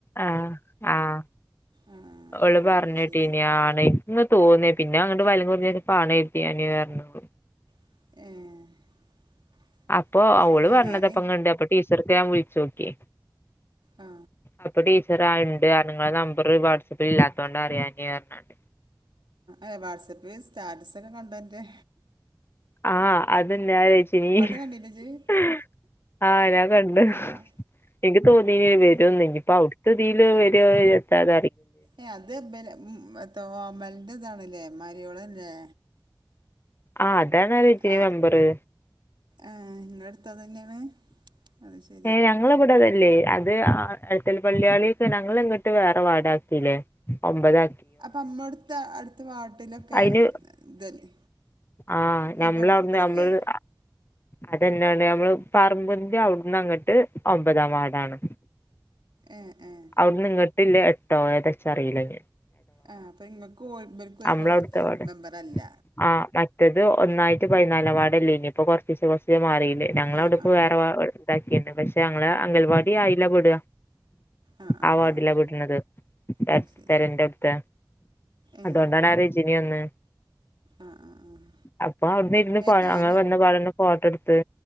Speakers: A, on the left; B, on the right.
A: ആഹ് ആഹ്
B: ആ ആ
A: ഓള് പറഞ്ഞെട്ടിനി
B: അത് ശരി
A: ആണ് ഇങ്ങ തോന്നി പിന്നെ ങ്ങട്ട് <unintelligible> കൊറഞ്ഞ <unintelligible> പറഞ്ഞോള്ളൂ
B: <inaudible>
A: അപ്പൊ
B: അത്
A: അവള്
B: ശരി ആ
A: പറഞ്ഞതപങ്ങണ്ട്,
B: ഞാൻ
A: അപ്പൊ ടീച്ചർക്ക് ഞാൻ വിളിച്ചോക്കി
B: ആ
A: അപ്പ ടീച്ചർ താ ഇണ്ട് പറഞ്ഞ് ഇങ്ങളെ നമ്പറ് വാട്സപ്പിൽ ഇല്ലാത്തൊണ്ടാണറിയാഞ്ഞേ പറഞ്ഞാണ്ട്
B: ഏഹ്, വാട്സപ്പില് സ്റ്റാറ്റസൊക്കെ കണ്ടോ എന്റെ
A: ആഹ്, അതന്നെ ആരാചോയിചീനി
B: കണ്ടില്ലേ ഇജ്ജ്
A: <inaudible> ആഹ് ഞാൻ കണ്ട്
B: ആഹ്
A: എനിക്ക് തോന്നിനി
B: ആഹ്
A: വരുന്ന് ഇനിപ്പ അവു ത്ത്തീല് വരോ വരണ്ടാത
B: ഏഹ്, അത് <unintelligible> മരിയോളല്ലേ
A: ആഹ് അതാണ് രജിനി
B: ആ
A: മെമ്പറ്.
B: ഏഹ് ഇങ്ങളെ അടുത്ത് അതന്നെയാണ് അത് ശരി
A: ഏഹ് ഞങ്ങളവിടെ വെ രല്ലെ അത് അ എത്തൽ പള്ളിയാളി ത്തെ ഞങ്ങള് ഇങ്ങട്ട് വേറെ വാടക ത്തിയില്ലേ ഒമ്പതാ
B: അപ്പൊ അമ്മളടുത്തെ അടുത്ത വാർഡിലൊക്കെ
A: അയിന്
B: ഇതല്ലേ
A: ആഹ്, ഞമ്മളവിടുന്ന്
B: ഈ പെൺ ഇബളല്ലേ
A: ഞമ്മള് അതന്നലെ നമ്മള് പറമ്പിന്റെ അവിടുന്നങ്ങട്ട് ഒമ്പതാം വാർഡാണ്.
B: ഏഹ് ഏഹ്
A: അവിടുന്നിങ്ങട്ടില്ലേ എട്ടോ ഏതാച്ചറീല്ല ഇഞ്ഞ്
B: ആഹ്, അപ്പൊ ഇങ്ങൾക്കും ഓൽ ഇബൽക്കും ഒരു
A: നമ്മള അവിടുത്തെ വാർഡ്
B: മെമ്പറല്ല
A: ആ മറ്റത് ഒന്നായിട്ട് പതിനാലാം വാർഡല്ലേനോ, ഇപ്പോ കൊറച്ചിച്ചെ കുറച്ചിച്ചെ മാറില്ലേ, ഞങ്ങള
B: ആഹ്
A: അവിടെപ്പോ
B: ആഹ്
A: വേറെ ഇതാക്കിന്നണ്. പക്ഷെ ഞങ്ങളെ അംഗൽവാടി അയിലാ പെട
B: ആഹ് ആഹ്
A: ആ വാർഡില
B: ആഹ്
A: പെട്ണത്, പെ
B: അത് ശരി
A: പെരന്റവിട്ത്തെ
B: ഏഹ്
A: അതോണ്ടാണാ റജിനി അന്ന്
B: ആഹ് ആഹ് ആഹ്
A: അപ്പൊ അവിടുരുന്ന്
B: ഏഹ് ഞാന്
A: ഞങ്ങൾ വര്ണ പാടെന്ന് ഫോട്ടട്ത്ത്.